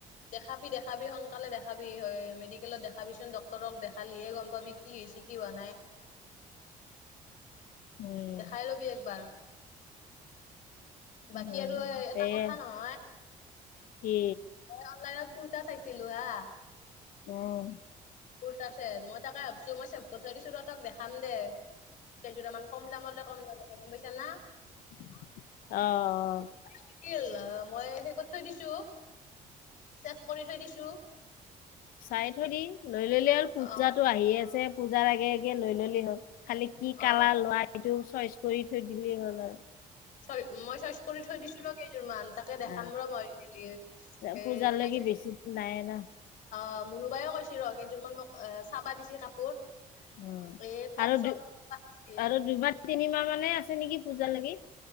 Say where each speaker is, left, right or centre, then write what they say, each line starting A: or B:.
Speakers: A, on the left (about 65°); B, on the left (about 90°).
A: দেখাবি দেখাবি সোনকালে দেখা বি হয়, মেডিকেলত দেখাবিচোন, ডক্তৰক দেখালিহে গম পাবি কি হৈছে, কি হোৱা নাই।
B: উম
A: দেখাই লবি একবাৰ। বাকী
B: উম
A: আৰু এ,
B: সেয়ে
A: এটা কথা নহয়।
B: কি?
A: মই অনলাইনত কুৰ্তা চাইছিলোঁ হা
B: উম।
A: কুৰ্তাছেট, মই তাকে ভাবছোঁ, মই চেভ কৰি থৈ দিছোঁ ৰ তোক দেখাম দে। কেইযোৰামান কম দামতে, কম দামতে গম পাইছা না।
B: অ', অ'।
A: <unintelligible> মই সেই ক'ত থৈ দিছোঁ, ছেফ কৰি থৈ দিছোঁ।
B: চাই থবি, লৈ ল'লে আৰু পূজাতো
A: অ
B: আহিয়ে আছে। পূজাৰ আগে আগে লৈ ললেই হ'ল। খালি কি
A: অ
B: কালাৰ লোৱা, এইটো চইচ কৰি থৈ দিলেই হ'ল আৰু।
A: চৰি মই চইচ কৰি থৈ দিছো ৰ' কেইযোৰমান। তাকে দেখাম
B: অ
A: ৰহ! মই গেলি। এ চাই
B: পূজালৈকে
A: থৈ
B: বেছি
A: দিম।
B: নাই আনা।
A: অ'হ। মুনুবায়েও কৈছি ৰ'হ। কেইযোৰমান ম'ক চাবা দিছি কাপোৰ।
B: উম।
A: এ টপ
B: আৰু
A: চপ
B: দু
A: চাবা দিছি,
B: আৰু দুইবাৰ তিনিমাহ মানে আছে নেকি পূজা লাগি!